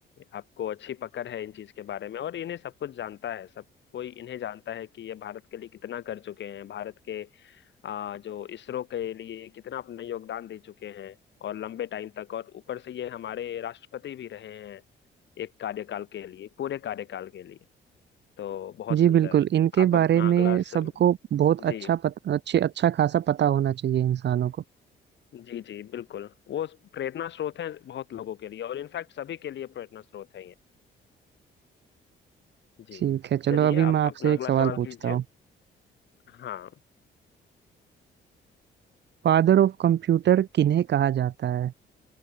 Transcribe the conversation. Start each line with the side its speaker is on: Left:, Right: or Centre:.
Left: आपको अच्छी पकड़ है इन चीज के बारे में और इन्हें सब कुछ जानता है सब कोई इन्हें जानता है कि ये भारत के लिए कितना कर चुके हैं भारत के अ, जो इसरो के लिए कितना अपना योगदान दे चुके हैं और लंबे टाइम तक और ऊपर से ये हमारे राष्ट्रपति भी रहे हैं एक कार्यकाल के लिए पूरे कार्यकाल के लिए तो बहुत
Right: जी
Left: सुंदर
Right: बिल्कुल इनके
Left: आप अपना
Right: बारे
Left: अगला
Right: में
Left: स...
Right: सबको बहुत
Left: जी
Right: अच्छा पत, अच्छे अच्छा खासा पता होना चाहिए इंसानों को
Left: जी जी बिल्कुल वो प्रेरणा स्रोत है बहुत लोगों के लिए और इनफैक्ट सभी के लिए प्रेरणा स्रोत है ये जी
Right: ठीक है चलो
Left: चलिए
Right: अभी मैं
Left: आप
Right: आपसे
Left: अपना
Right: एक
Left: अगला
Right: सवाल
Left: सवाल
Right: पूछता
Left: कीजिए
Right: हूँ
Left: हाँ
Right: फादर ऑफ कंप्यूटर किन्हें कहा जाता है